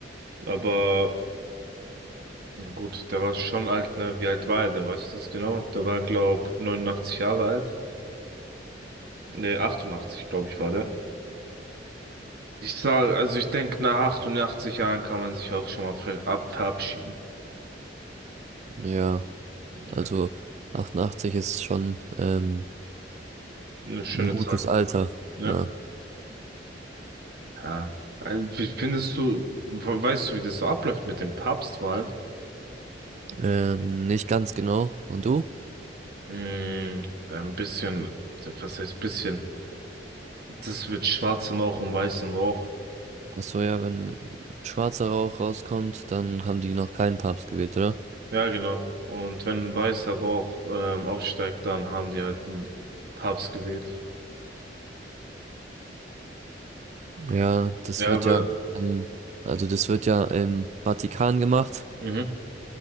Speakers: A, on the right (about 60°); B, on the right (about 40°).
A: Aber na gut, der war schon alt, ne? Wie alt war er denn? Weißt du das genau? Der war, glaub, 89 Jahre alt. Ne, 88, glaube ich, war der. Ich sag, also ich denke, nach 88 Jahren kann man sich auch schon mal ver ab verabschieden.
B: Ja,
A: Ja.
B: also 88 ist schon ähm,
A: Eine schöne
B: ein gutes
A: Zeit.
B: Alter.
A: Ja.
B: Ja.
A: Ja. Also, Wie findest du, we- weißt du, wie das so abläuft mit den Papstwahlen?
B: Ähm, nicht ganz genau. Und du?
A: Mm, ein bisschen, was heißt bisschen? Das wird schwarzem Rauch und weißem Rauch.
B: Ach so, ja, wenn schwarzer Rauch rauskommt, dann haben die noch keinen Papst gewählt, oder?
A: Ja, genau. Und wenn ein weißer Rauch ähm, aufsteigt, dann haben die halt einen Papst gewählt.
B: Ja, das
A: Ja,
B: wird
A: aber,
B: ja, ähm, also das wird ja im Vatikan gemacht.
A: mhm.